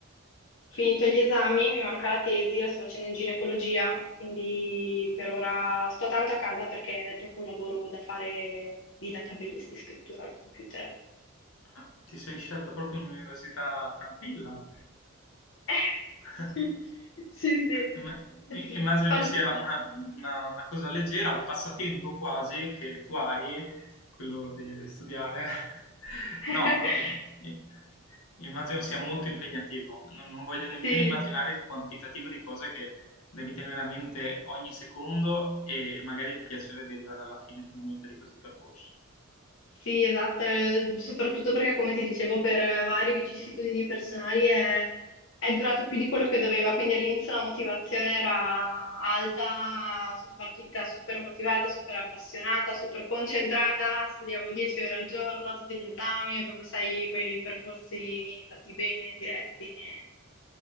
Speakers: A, on the left; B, on the left.
A: Finito gli esami, mi manca la tesi, la sto facendo in ginecologia, quindi per ora sto tanto a casa perché è proprio un lavoro da fare di database, di scrittura al computer.
B: Ah, Ti sei scelta proprio un'università tranquilla?
A: <laughs>
B: <laughs>
A: Eh, Sì, sì.
B: Imma- i-
A: sì.
B: Immagino
A: Par-
B: sia una, una- una cosa leggera, un passatempo quasi che tu hai, quello di studiare. <laughs>
A: <laughs>
B: No, i- immagino sia molto impegnativo. Non, non voglio nemmeno
A: Sì,
B: immaginare il quantitativo di cose che devi tenere a mente ogni secondo e magari il piacere di arrivare alla fine finalmente di questo percorso.
A: Sì, esatto, eh, soprattutto perché come ti dicevo per varie vicissitudini personali è è durato più di quello che doveva, quindi all'inizio la motivazione era alta, sono partita super motivata, super appassionata, super concentrata, studiavo 10 ore al giorno, tutti gli esami, proprio sai, quei percorsi fatti bene, diretti. E